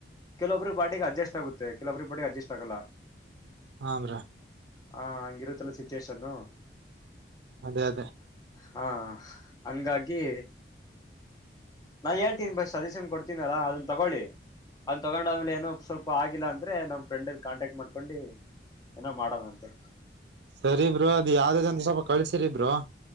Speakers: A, on the left; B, on the right.
A: ಕೆಲೊಬ್ಬಿಗೆ ಪ್ಟಿಗೆ ಅಡ್ಜಸ್ಟ್ ಆಗುತ್ತೆ ಕೆಲವೊಬ್ರಿಗೆ ಪಾರ್ಟಿಗೆ ಅಡ್ಜಸ್ಟ್ ಆಗಲ್ಲ
B: ಹಮ್ರಾ
A: ಹಾ ಹಂಗಿರುತ್ತಲ್ಲ ಸಿಚುವೇಷನ್
B: ಅದೇ ಅದೇ
A: ಹಾ ಹಂಗಾಗಿ ನಾನ್ ಹೇಳ್ತೀನಿ ಬಸ್ ಸಜೆಷನ್ ಕೊಡ್ತೀನಲ್ಲ ಅದನ್ನ ತಗೊಳ್ಳಿ ಅದ್ ತಗೊಂಡಾದ್ಮೇಲೆ ಏನೋ ಸ್ವಲ್ಪ ಆಗಿಲ್ಲ ಅಂದ್ರೆ ನಮ್ ಫ್ರೆಂಡಲ್ಲಿ ಕಾಂಟ್ಯಾಕ್ಟ್ ಮಾಡ್ಕೊಂಡಿ ಏನೋ ಮಾಡದಂತೆ
B: ಸರಿಬ್ರರು ಅದ ಯಾವ್ದ್ದ ಅಂತ ಸ್ವಲ್ಪ ಕಳ್ಸಿರಿಬ್ರರು